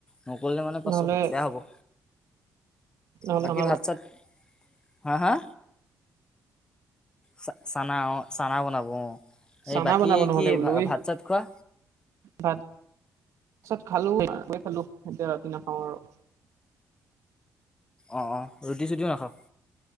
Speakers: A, on the left; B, on the right.
A: নকৰিলে মানে পাছত
B: নহলে
A: বেয়া হ'ব
B: নহলে
A: বাকী
B: চানা বনাব
A: ভাত চাত হা হা চা চানা অ চানা বনাব অ
B: চানা
A: এই বাকী
B: বনাব নহলে
A: কি
B: বোলো
A: ভা
B: এই
A: ভাত চাত খোৱা
B: ভাত চাত খালো খালো এতিয়া ৰাতি নাখাওঁ আৰু
A: অ অ ৰুটি চুটিও নাখাৱ